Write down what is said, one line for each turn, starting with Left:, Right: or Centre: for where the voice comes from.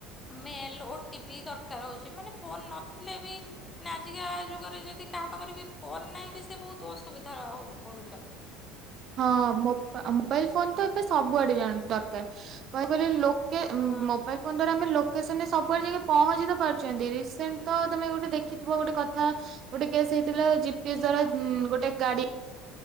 Left: ମେଲ ଓ ଟି ପି ଦରକାର ହଉଚି, ମାନେ ଫୋନ ନଥିଲେ ବି ମାନେ ଆଜିକା ଯୁଗରେ ଯଦି କାହା ପାଖରେ ବି ଫୋନ ନାହିଁ ବି ସେ ବହୁତ ଅସୁବିଧା ଧରା ପଡୁଚନ୍ତି।
Right: ହଁ ମୋବାଇଲ ଫୋନ ତ ଏବେ ସବୁଆଡେ ଦରକାର କ କିଲ ଲୋକ
Left: ହଁ
Right: ମୋବାଇଲ ଫୋନ ଆମେ ଲୋକସନ ସବୁ ଉପ ଯାଇକ ପହଞ୍ଚି ପାରୁଛନ୍ତି ରିସେଣ୍ଟ ତ ତମେ ଗୋଟେ ଦେଖିଥିବ ଗୋଟେ କଥା ଗୋଟେ କେସ୍ ହେଇଥିଲା ସେ ଦ୍ଵାରା
Left: ହୁଁ
Right: ଗୋଟେ ଗାଡି